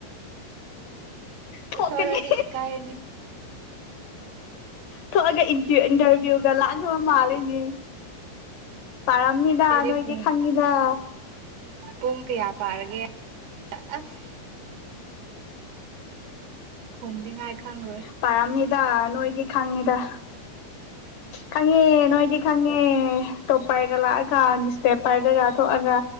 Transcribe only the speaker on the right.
ꯊꯧꯔꯗꯤ ꯏꯀꯥꯏꯅꯤ
ꯂꯤꯔꯤꯛ
ꯄꯨꯡ
ꯄꯨꯡ ꯀꯌꯥ ꯄꯥꯔꯒꯦ ꯑꯁ ꯈꯨꯝꯗꯤ ꯉꯥꯏ ꯈꯪꯔꯣꯏ